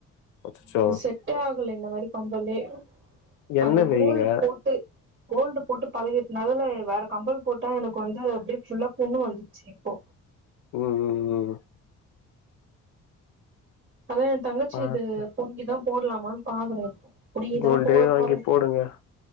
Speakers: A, on the left; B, on the right.
A: அச்சச்சோ
B: இது செட்டே ஆகல இந்த மாரி கம்பலே
A: எண்ணெய்
B: அந்த
A: வையுங்க
B: கோல்டு போ ட்டு கோல்டு போட்டு பழகிட்டனால வேற கம்பல் போட்டா எனக்கு வந்து அப்டியே ஃபுல்லா புண்ணு வந்து சீ போ
A: ம் ம் ம்
B: அதான் என் தங்கச்சி
A: பார்த்து
B: இது புடுங்கிதான் போடலாமான்னு பாக்குற இப்போ புடுங்கிதா
A: கோல்டே
B: போட
A: வாங்கி
B: போறே
A: போடுங்க